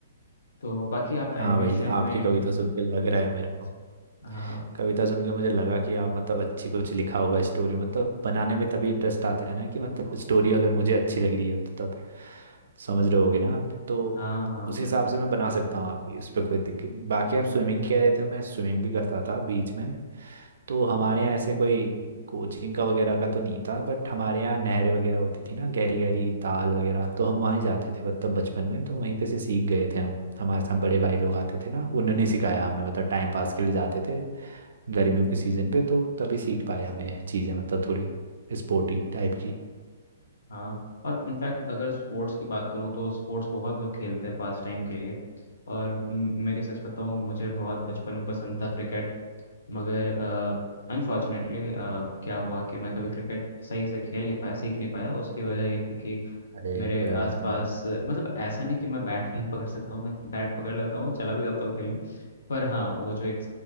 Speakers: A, on the left; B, on the right.
A: तो बाकी आप
B: हाँ
A: एनिमेशन
B: भाई ज-
A: में
B: आपकी कविता सुन के लग रहा है मेरे को
A: हाँ
B: कविता सुन के मुझे लगा कि आप मतलब अच्छी कुछ लिखा होगा स्टोरी मतलब बनाने में तभी इंटरेस्ट आता है ना कि मतलब स्टोरी अगर मुझे अच्छी लग रही है तो तब समझ रहे होगे ना आप तो
A: हाँ हाँ
B: उस
A: बिल्कुल
B: हिसाब से मैं बना सकता हूँ आपकी उस पर कोई दिक्कत नहीं बाकी आप स्विमिंग कह रहे थे मैं स्विमिंग भी करता था बीच में तो हमारे यहाँ ऐसे कोई कोचिंग का वगैरह का तो नहीं था बट हमारे यहाँ नहरें वगैरह होती थी ना गहरी गहरी ताल वगैरह तो हम वहीं जाते थे मतलब बचपन में तो वहीं पे से सीख गए थे हम हमारे साथ बड़े भाई लोग आते थे ना उन्होंने सिखाया हमें मतलब टाइम पास के लिए जाते थे गर्मियों के सीज़न पे तो तभी सीख पाए हमें चीज़ें मतलब थोड़ी स्पोर्टी टाइप की
A: हाँ और इनफैक्ट अगर स्पोर्ट्स की बात करूँ तो स्पोर्ट्स बहुत लोग खेलते हैं पास टाइम के लिए और म- मेरी सच बताऊँ मुझे बहुत बचपन में पसंद था क्रिकेट मगर अनफॉर्चुनेटली क्या हुआ कि मैं कभी क्रिकेट सही से खेल नहीं पाया सीख नहीं पाया उसकी वजह ये थी कि
B: अरे
A: मेरे
B: कोई बात
A: आसपास
B: नहीं भाई
A: मतलब ऐसा नहीं कि मैं बैट नहीं पकड़ सकता हूँ मैं बैट पकड़ लेता हूँ चला भी जाता हूँ खेलने पर हाँ वो जो एक